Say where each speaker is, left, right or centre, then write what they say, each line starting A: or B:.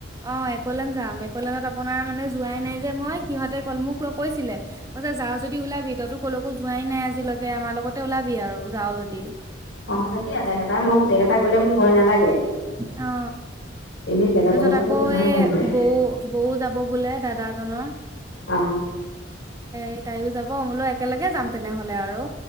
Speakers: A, on the right; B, on the left.
A: অ একলেন যাম একলেনত আপোনাৰ মানে যোৱাই নাই যে মই সিহঁতে কল মোক লগ কৈছিলে যাও যদি ওলাবি তইতো ক'লৈকো যোৱাই নাই আজিলৈ আমাৰ লগতে ওলাবি আৰু যাও যদি
B: অ যাবি আটাই কেইটা মই গোটেইকেইটা গলে মোৰ ভয় নালাগে
A: অ
B: এনেই বেলেগৰ
A: তাৰপিছত
B: লগত
A: আকৌ
B: মোৰ পঠালে
A: এ
B: ভয় লাগে
A: বৌ বৌ যাব বোলে দাদাজনৰ
B: অ
A: এই তাইও যাব মোলৈ একেলগে যাম তেনেহলে আৰু